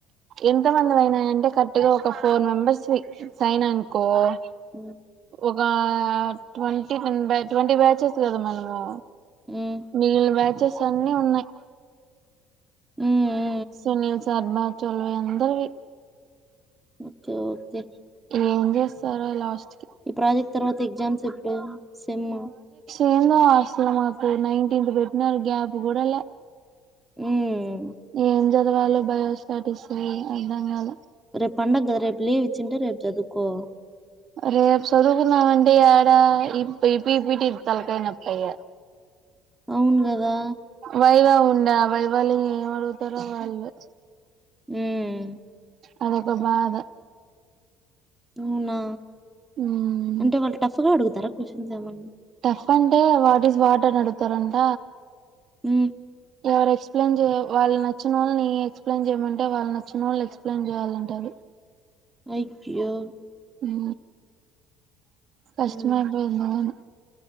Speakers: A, on the right; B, in the centre.
A: ఎంత మంది పోనాయంటే కరెక్ట్ గా ఒక ఫోర్ మెంబెర్స్వి సైనానుకో ఓ
B: ఉమ్
A: ఒక ట్వంటీ మెంబర్ ట్వంటీ బ్యాచెస్ కదా మనము
B: ఉమ్
A: మిగిలిన బ్యాచెస్ అన్నీ ఉన్నాయ్
B: ఉమ్
A: సునీల్ శర్మా చోల్వ అందరువి
B: ఓకే ఓకే
A: ఏం చేస్తారో లాస్ట్ కి
B: ఈ ప్రాజెక్ట్ తర్వాత ఎగ్జామ్స్ ఎప్పుడు సెమ్ము
A: ఏందా అసలు మాకు నైన్టీన్త్ పెట్టినారు గ్యాప్ కూడా ల్యా
B: హుమ్
A: ఏం చదవాలో బయోస్టాటిస్ అర్ధం కాలే
B: రేపు పండంగ కదా రేపు లీవ్ ఇచ్చింటే రేపు చదుకో
A: రేపు చదువుకుందాం అంటే ఆడ ఇపి ఇపి ఇటి ఇపి తలకాయ నొప్పి ఇగ
B: అవును గదా
A: వైవా ఉండే ఆవై వాళ్ళు ఏం అడుగుతారో వాళ్ళు
B: హ్మ్
A: అదొక్క బాధ
B: అవునా
A: ఉమ్
B: అంటే వాళ్ళు టఫ్ గా అడుగుతారా క్వశ్చన్స్ ఏమన్నా
A: టఫ్ అంటే వాట్ ఈస్ వాట్ అని అడుగుతారంట
B: ఉ
A: ఎవరు ఎక్స్ప్లెయిన్ చే వాళ్ళు నచ్చినోల్లని ఎక్స్ప్లెయిన్ చేయమంటే వాళ్ళు నచ్చిన వాళ్ళు ఎక్స్ప్లెయిన్ చేయాలంట. అవి
B: అయ్యో.
A: ఉ కష్టమపోయిందా
B: హ్మ్
A: అని